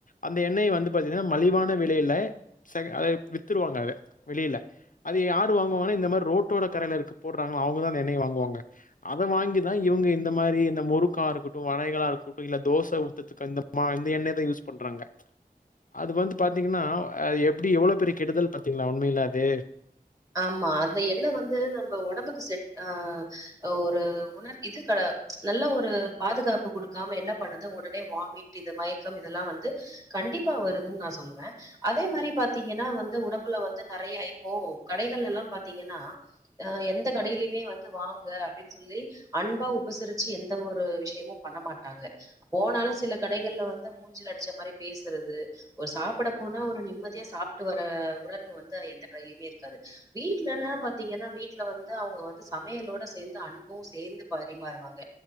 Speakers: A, on the left (about 60°); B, on the right (about 20°).
A: அந்த எண்ணெய வந்து பாத்தீங்ன்னா மலிவான விலையில செக ஆ வித்துறுவாங்க அத வெளில. அது யாரு வாங்குவாங்கன்னா இந்த மாரி ரோட்டோட கடையில இரு போடுறாங்கள்ள அவுங்கதா அந்த எண்ணெய வாங்குவாங்க. அத வாங்கிதா இவுங்க இந்த மாரி இந்த முறுக்கா இருக்கட்டு வடைகளா இருக்கட்டு இல்ல தோச ஊத்துறதுக்கு இந்த மா இந்த எண்ணெய் தா யூஸ் பண்றாங்க. அது வந்து பாத்தீங்கன்னா அ எப்டி எவ்ளோ பெரி கெடுதல் பாத்தீங்களா உண்மையில அது.
B: ஆமா அந்த எண்ண வந்து நம்ம ஒடம்புக்கு செட் ஆ ஒரு உணர் எது கெட நல்ல ஒரு பாதுகாப்பு குடுக்காம என்ன பண்ணுது ஒடனே வாமிட் இது மயக்கம் இதெல்லா வந்து கண்டிப்பா வருதுன்னு நா சொல்லுவே அதே மாதிரி பாத்தீங்கன்னா வந்து உடம்புல வந்து நெறையாயி கோவோ கடைகள்லெல்லா பாத்தீங்கன்னா எந்த கடயிலயுமே வந்து வாங்க அப்டின்னு சொல்லி அன்பா உபசரிச்சு எந்த ஒரு விஷயமும் பண்ண மாட்டாங்க. போனாலு சில கடைகள்ல வந்து மூஞ்சில அடிச்ச மாரி பேசுறது ஒரு சாப்புட போனா ஒரு நிம்மதியா சாப்ட்டு வர உணர்வு வந்து எந்த கடையிலயுமே இருக்கு இருக்காது வீட்லனா பாத்தீங்கன்னா வீட்ல வந்து அவுங்க வந்து சமையலோட சேந்து அன்பு சேந்து பரிமாறுவாங்க